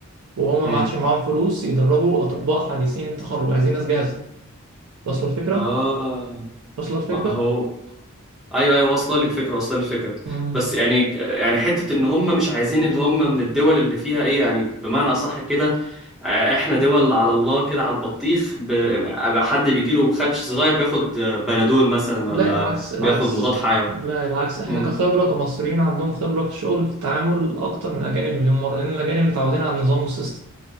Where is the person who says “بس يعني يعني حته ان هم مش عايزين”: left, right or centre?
Centre